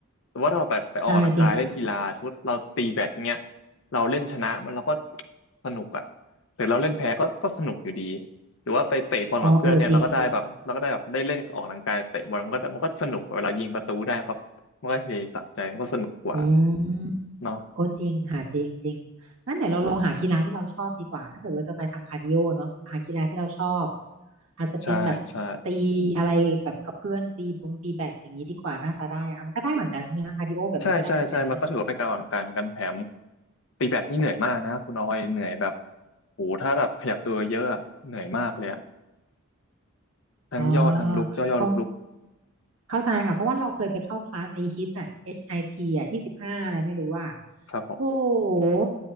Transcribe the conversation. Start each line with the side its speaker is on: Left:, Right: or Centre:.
Left: แต่ว่าถ้าเราแบบไปออกกำลังกายเล่นกีฬาสมมติเราตีแบดเนี้ย
Right: ใช่จริงค่ะ
Left: เราเล่นชนะมันเราก็สนุกอะหรือเราเล่นแพ้ก็ก็สนุกอยู่ดีหรือว่าไปเตะบอลกับเพื่อนเนี่ยเราก็ได้แบบเราก็ได้แบบได้เล่นออกกำลังกายเตะบอลมันก็มันก็สนุกเวลายิงประตูได้ก็มันก็เฮสะใจมันก็สนุกกว่า
Right: อ๋อเออจริงจริงอืม
Left: เนาะ
Right: โอ้จริงหาจริงจริงงั้นไหนวเราลองหากีฬาที่เราชอบดีกว่าถ้าเกิดว่าจะไปทำคาร์ดิโอเนาะหากีฬาที่เราชอบอาจจะเป็นแบบ
Left: ใช่ใช่
Right: ตีอะไรแบบกับเพื่อนตีบงตีแบดอย่างนี้ดีกว่าน่าจะได้อะมันก็ได้เหมือนกันใช่ไหมคะคาร์ดิโอแบบนี้ก็ได้เหมือนกันเนาะ
Left: ใช่ใช่ใช่มันก็ถือว่าเป็นการออกกำลังกายเหมือนกันแถมตีแบดนี่เหนื่อยมากนะคุณออยเหนื่อยแบบโหถ้าแบบขยับตัวเยอะอะเหนื่อยมากเลยอะทั้งย่อทั้งลุกย่อย่อลุกลุก
Right: อ๋อเข้าเข้าใจค่ะเพราะว่าเราเคยไปเข้าคลาสไอฮิตอะ HIT อชไอทีอะยี่สิบห้าอะไรไม่รู้ว่า
Left: ครับผม
Right: โ้โห